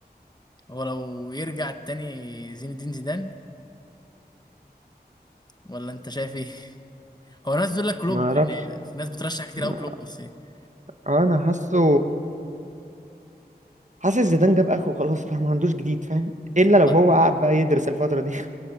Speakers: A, on the left; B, on the right.
A: هو لو يرجع التاني زين الدين زيدان ولا انت شايف ايه <laughs> هو ناس بتقول لك كلوب
B: ما اعرفش
A: يعني في ناس بترشح كتير
B: ما-
A: قوي كلوب بس إيه؟
B: انا حاسه حاسس زيدان جاب اخره خلاص فاهم ما عندوش جديد فاهم الا لو
A: لا
B: هو قعد بقى يدرس الفتره دي